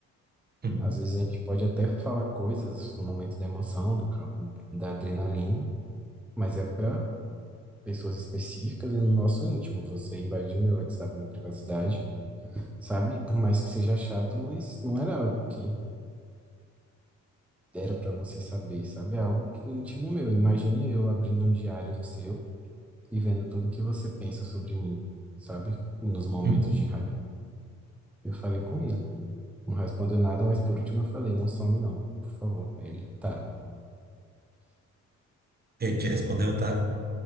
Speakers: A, on the right; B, in the centre.
A: Uhum,
B: Às vezes a gente pode até falar coisas no momento da emoção, do, ca- da adrenalina, mas é para pessoas específicas e no nosso íntimo. Você invadiu meu WhatsApp, minha privacidade. sabe? Por mais que seja chato, mas não era algo que era pra você saber, sabe? É algo que íntimo meu. Imagine eu abrindo um diário seu e vendo tudo que você pensa sobre mim, sabe? Nos momentos
A: uhum.
B: de raiva. Eu falei com ele. Não respondeu nada, mas por último eu falei, não some não, por favor. Aí ele, tá.
A: Ele te respondeu, tá?